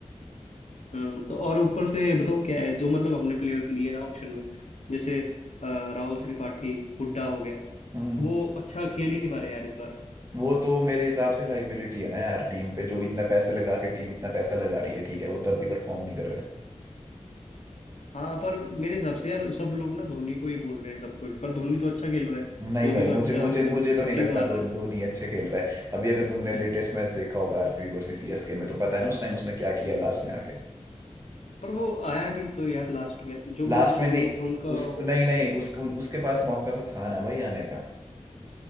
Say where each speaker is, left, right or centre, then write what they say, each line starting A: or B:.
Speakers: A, on the left; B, on the right.
A: हम्म तो और ऊपर से बताऊं क्या है जो मतलब हमने प्लेयर्स लिए ना ऑप्शन में जैसे अ, राहुल त्रिपाठी हुड्डा हो गया तो
B: हम्म।
A: वो अच्छा खेल ही नहीं पा रहे यार इस बार
B: वो तो मेरे हिसाब से लाइबिलिटी है ना यार टीम पे जो इतना पैसा लगा के टीम इतना पैसा लगा रही है ठीक है वो तब भी परफॉर्म नहीं कर रहे हैं।
A: हाँ पर मेरे हिसाब से यार सब लोग ना धोनी को ही बोल रहे हैं सब कुछ पर धोनी तो अच्छा खेल रहा है
B: नहीं
A: धोनी
B: भाई
A: तो
B: मुझे
A: अच्छा
B: मुझे
A: मतलब
B: मुझे तो
A: छक्के
B: नहीं लगता
A: भी मार रहा
B: दो
A: है
B: धोनी अच्छे खेल रहा है अभी अगर तुमने लेटेस्ट मैच देखा होगा आरसीबी वर्सेस सीएसके में तो पता है ना उस टाइम उसने क्या किया लास्ट में आके
A: पर वो आया भी तो यार लास्ट में जो
B: लास्ट
A: मतलब
B: में
A: शुरू
B: नहीं
A: में थे उनका
B: उस
A: वो-
B: नहीं नहीं उस, उसके पास मौका तो था ना भाई आने का